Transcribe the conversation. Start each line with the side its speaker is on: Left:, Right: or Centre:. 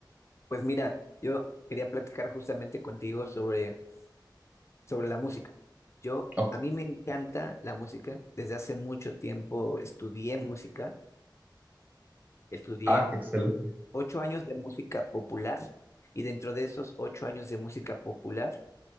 Left: Pues mira, yo quería platicar justamente contigo sobre, sobre la música. Yo,
Right: Oh,
Left: a mí me encanta la música. Desde hace mucho tiempo estudié música. Estudié
Right: ah, qué excelente.
Left: ocho años de música popular y dentro de esos ocho años de música popular,